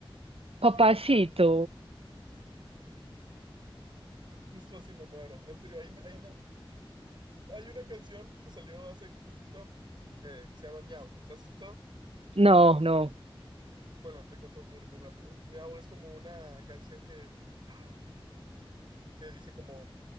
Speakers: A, on the right; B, on the right.
A: Papacito.
B: justo así me muero. En serio, ahí, me- ahí me- hay una canción que salió hace poquito eh, que se llama Miau. ¿La has escuchado?
A: No, no,
B: Bueno, te cuento muy, muy rápido. Miau es como una canción que... <laughs> que dice como,